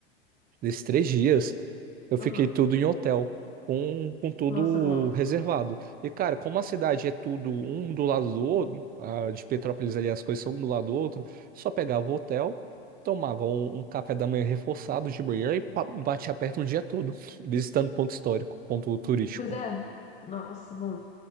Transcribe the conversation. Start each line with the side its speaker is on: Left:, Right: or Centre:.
Right: desses três dias eu fiquei
Left: uhum.
Right: tudo em hotel, com, com tudo
Left: Nossa, bom.
Right: reservado. E cara, como a cidade é tudo um do lado do outro, a de Petrópolis ali as coisas são um do lado do outro, só pegava o hotel, tomava um, um café da manhã reforçado de manhã e pa- batia perto o dia todo, visitando ponto histórico, ponto turístico.
Left: Pois é, nossa, bom.